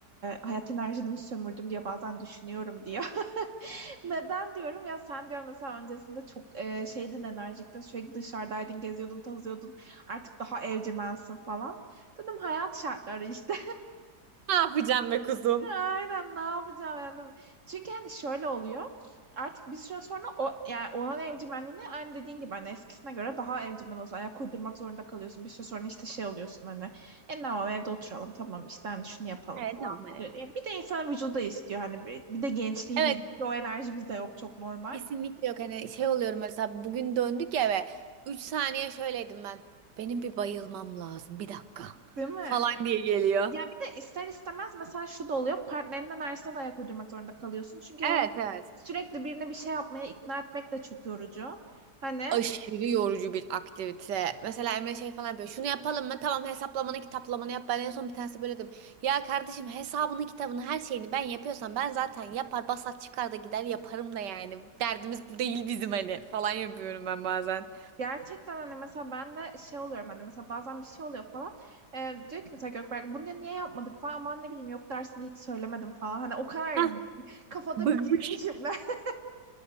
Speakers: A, on the right (about 50°); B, on the right (about 85°).
A: hayat enerjimi sömürdüm diye bazen düşünüyorum diyor. <laughs> Neden diyorum ya sen diyor mesela öncesinde çok e, şeydin enerjiktin sürekli dışarıdaydın geziyordun tozuyordun artık daha evcimensin falan. Dedim hayat şartları işte.
B: Ne yapacağım be kuzum?
A: Aynen ne yapacağım yani. Çünkü hani şöyle oluyor. Artık bir süre sonra o yani olan evcimenliğine aynı dediğin gibi hani eskisine göre daha evcimen olsun. Ayak uydurmak zorunda kalıyorsun. Bir süre sonra işte şey oluyorsun hani. E tamam evde oturalım tamam işte hani şunu yapalım
B: Evet
A: falan.
B: tamam hani.
A: oluyor. Yani bir de insanın vücudu da istiyor hani bir, bir de gençliğimiz
B: Evet
A: o enerjimiz de yok çok normal.
B: Kesinlikle yok. Hani şey oluyorum mesela bugün döndük eve. üç saniye şöyleydim ben. Benim bir bayılmam lazım. Bir dakika
A: Değil mi?
B: falan diye geliyor.
A: Ya bir de ister istemez mesela şu da oluyor. Partnerinin enerjisine de ayak uydurmak zorunda kalıyorsun. Çünkü hani
B: Evet evet.
A: sürekli birine bir şey yapmaya ikna etmek de çok yorucu. Hani
B: Aşırı yorucu bir aktivite. Mesela Emre şey falan yapıyor. Şunu yapalım mı? Tamam hesaplamanı kitaplamanı yap. Ben en son bir tanesi böyle dedim. Ya kardeşim hesabını kitabını her şeyini ben yapıyorsam ben zaten yapar basat çıkar da gider yaparım da yani. Derdimiz bu değil bizim hani falan yapıyorum ben bazen.
A: Gerçekten hani mesela ben de şey oluyorum hani mesela bazen bir şey oluyor falan. Ee, diyor ki mesela Gökberk bunu diyor, niye yapmadık falan ama ne bileyim yok dersini hiç söylemedim falan. Hani o kadar
B: Hah,
A: <laughs> kafada
B: bıkmış.
A: bitirmişim ben. <laughs>